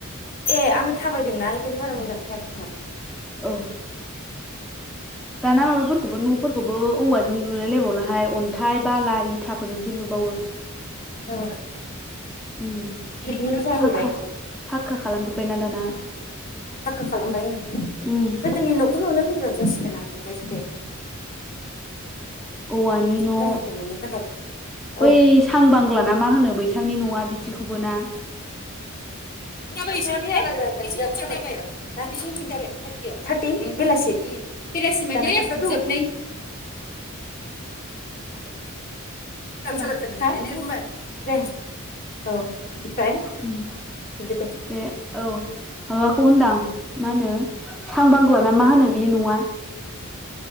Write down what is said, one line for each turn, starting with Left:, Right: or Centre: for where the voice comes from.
Left: ए आङो थाबायदोंना बेखायनो बारा मोजांखौ खोमा
Centre: औ। दाना माबाफोरखौबो न'फोरखौबो औवाजों लुलायलायबावलाहाय अन्थाइ बाला इथाफोरजोंसो लुबावो
Left: औ
Centre: उम
Left: बिदिनो जहैबाय
Centre: फाक्का फाक्का खालामजोब्बायना दाना
Left: फा खालामबाय आ
Centre: उम
Left: गोदोनि न'खौ नुनो गोब्राब जासिग <inaudible>
Centre: औवानि न'
Left: महरखौ नुनो थाखाय औ
Centre: बै सां बांला ना मा होनो बैसांनि न'आ बिदिखौबो ना
Left: <unintelligible> <inaudible> थार्टि बेलासि बेलासि माने जोब <unintelligible> <unintelligible> औ' ओमफ्राय
Centre: उम
Left: दे
Centre: बे औ आ खौ होनदां मा होनो सां बांग्लाना मा होनो बे न'आ?